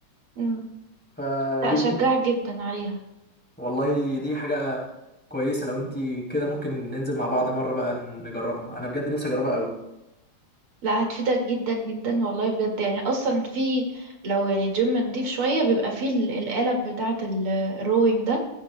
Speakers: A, on the right; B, in the centre.
A: مم.
B: فدي
A: لا أشجعك جدا عليها
B: والله دي حاجه كويسه لو انت كده ممكن ننزل مع بعض مره بقى نجربها انا بجد نفسي اجربها قوي
A: لا هتفيدك جدا جدا والله بجد يعني أصلا في لو يعني جيم نضيف شوية بيبقى فيه ال- القالب بتاعة ال- الروينج ده